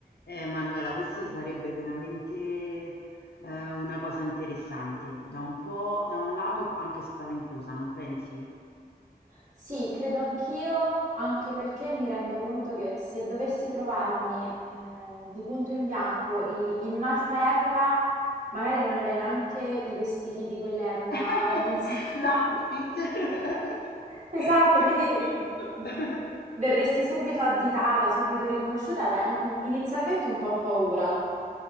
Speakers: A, on the left; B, on the right.
A: Eh, Manuela, questo sarebbe veramente eh, una cosa interessante, da un po', da un lato anche spaventosa, non pensi?
B: Sì, credo anch'io, anche perché mi rendo conto che se dovessi trovarmi eh, di punto in bianco i- in un'altra epoca, magari non avrei neanche i vestiti di quell'epoca,
A: <laughs>
B: non so. <laughs>
A: L'outfit <laughs>
B: Esatto,
A: che
B: quindi
A: mi metto.
B: mm,
A: <laughs>
B: verresti subito additata, subito riconosciuta, avrei anche un- inizialmente un po' paura.